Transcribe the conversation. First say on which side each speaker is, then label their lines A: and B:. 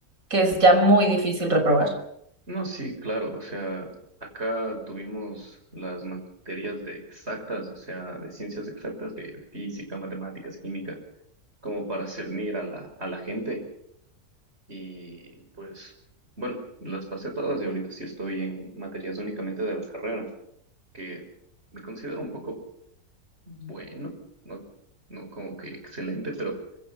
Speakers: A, on the right (about 60°); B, on the right (about 40°).
A: que es ya muy difícil reprobar.
B: No, sí, claro, o sea, acá tuvimos las materias de exactas, o sea, de ciencias exactas, de física, matemáticas, química, como para cernir a la, a la gente. Y pues, bueno, las pasé todas y ahorita sí estoy en materias únicamente de la carrera, que me considero un poco bueno, no, no como que excelente, pero